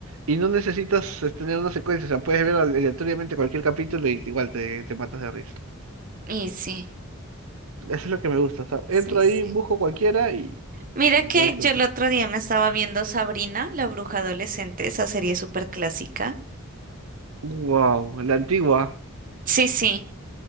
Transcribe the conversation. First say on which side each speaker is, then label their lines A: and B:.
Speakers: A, on the right; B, on the right.
A: Y no necesitas eh, tener una secuencia, o sea, puedes ver aleatoriamente cualquier capítulo y igual te, te matas de risa.
B: Y sí,
A: Eso es lo que me gusta, o sea, entro
B: sí,
A: ahí,
B: sí.
A: busco cualquiera y,
B: Mira
A: y
B: que
A: la disfruto.
B: yo el otro día me estaba viendo Sabrina, la bruja adolescente, esa serie súper clásica.
A: Wow, la antigua,
B: Sí, sí,